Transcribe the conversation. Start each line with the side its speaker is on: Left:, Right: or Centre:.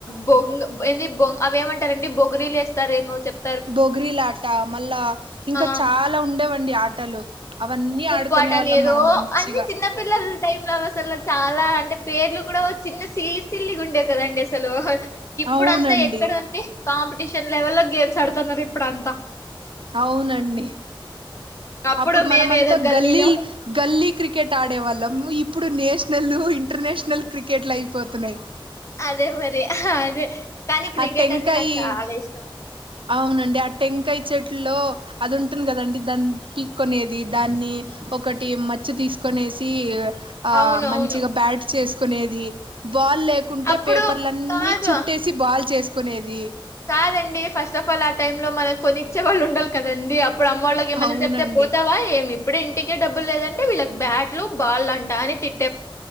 Left: బొంగ ఏ బొ అవి ఏమంటారండి బొగరీలు వస్తారేమో చెప్ప
Right: బొగరిలాట మళ్ళా ఇంకా
Left: ఆ
Right: చాలా ఉండేవండి ఆటలు అవన్నీ
Left: ఉప్పు
Right: ఆడుకునే
Left: ఉప్పు ఆటని
Right: వాళ్ళం
Left: ఏదో
Right: మనం మంచిగా
Left: అన్ని చిన్నపిల్లలు టై లో అసలు చాలా అంటే పేర్లు కూడా చిన్న సిల్లి సిల్లిగా ఉండేవి కదండి అసలు ఇప్పుడంతా
Right: అవునండి
Left: ఎక్కడంటే కాంపిటీషన్ లెవెల్ లో గేమ్స్ ఆడుతున్నారు ఇప్పుడంతా
Right: అవునండి
Left: ఉమ్,
Right: అప్పుడు మనమంతా
Left: మేము ఏదో గల్లీలో
Right: గల్లీలు గల్లీ క్రికెట్ ఆడేవాళ్ళము ఇప్పు ఇప్పుడు నేషనల్ ఇంటర్నేషనల్ క్రికెట్లు అయిపోతున్నాయ్
Left: అదే మరి అదే కానీ క్రికెట్
Right: ఆ టెంకాయి
Left: అంటే నాకు చాలా ఇష్టం
Right: అవునండి ఆ టెంకాయ చెట్లో అది ఉంటుంది కదండి దాని పీక్కోనేది దాన్ని ఒకటి మచ్చ తీసుకొనేసి ఆ
Left: అవును
Right: మంచిగా
Left: అవును
Right: బ్యాట్ చేసుకునేది బాల్ లేకుంటే
Left: అప్పుడు
Right: పేపర్లన్నీ
Left: కాదు
Right: చుట్టేసి బాల్ చేసుకునేది
Left: కాదండి ఫస్ట్ ఫ్ల్ ఆ టైమ్ లో మనకి కొనిచ్చే వాళ్ళు ఉండాలి కదండి అప్పుడు అమ్మళ్ళకి ఏమన్నా
Right: అవునండి
Left: చెప్తే పోతావా ఏమి ఇప్పుడే ఇంటికే డబ్బు లేదంటే వీళ్ళకి బ్యాట్లు బాల్ అంటా అని తిట్